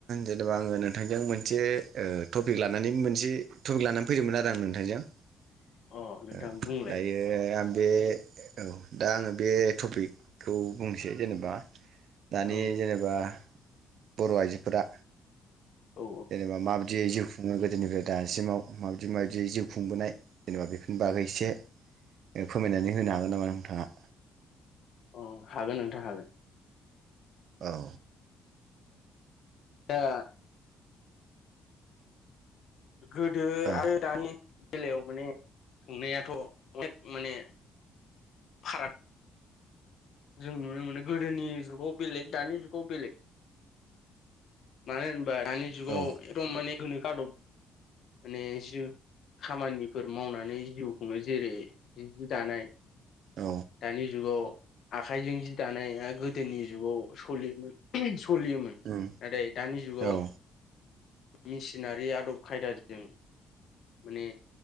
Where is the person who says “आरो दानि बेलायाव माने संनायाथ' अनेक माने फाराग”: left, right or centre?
Left